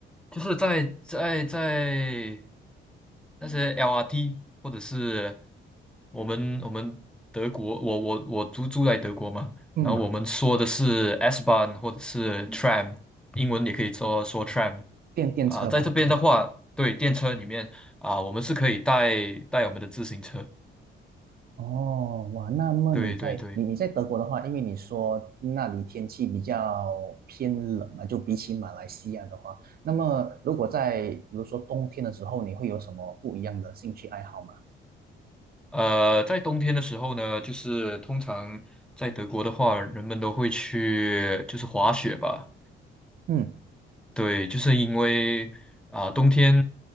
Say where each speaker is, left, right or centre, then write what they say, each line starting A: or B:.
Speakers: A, in the centre; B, on the right (about 50°).
A: 就是在在在那些 LRT 或者是我们我们德国，我我我住住在德国嘛，
B: 嗯，
A: 然后我嗯们说的是 s b a n 或者是 tram，英文也可以说说 tram。
B: 电电车吧。
A: 啊，在这边的话，对，电车里面啊，我们是可以带带我们的自行车。
B: 哦，哇，那么你在你你在德国的话，
A: 对对对，
B: 因为你说那里天气比较偏冷嘛，就比起马来西亚的话，那么如果在比如说冬天的时候，你会有什么不一样的兴趣爱好吗？
A: 呃，在冬天的时候呢，就是通常在德国的话，人们都会去就是滑雪吧。
B: 嗯
A: 对，就是因为啊，冬天